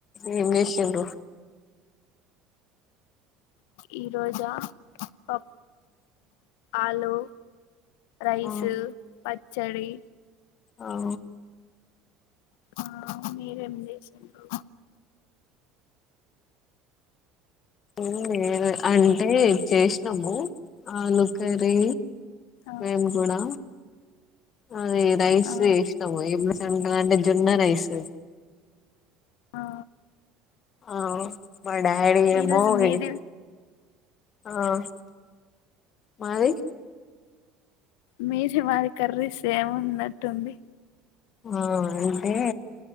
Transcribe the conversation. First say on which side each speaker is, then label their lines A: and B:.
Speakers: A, on the left; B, on the left.
A: ఏం చేసినారు
B: ఈ రోజా ఓ ఆలు రైస్
A: ఆ
B: పచ్చడి
A: అఓ
B: ఆ మీరేం చేసిరు
A: లేే అంటే చేసినాము ఆలు కర్రీ
B: ఆ
A: మేము కూడా అదే రైస్
B: ఆ
A: ఇష్టం ఎ సంకటీ అంటే జోన్న రైస్.
B: ఆ
A: ఆవ్. మా డాడీ ఏమో
B: ఈరోజు మీది
A: వేయి ఆహ్ మాది.
B: మీది మాది కర్రీ సేమ్ ఉన్నట్టుంది.
A: ఆహ్ అంటే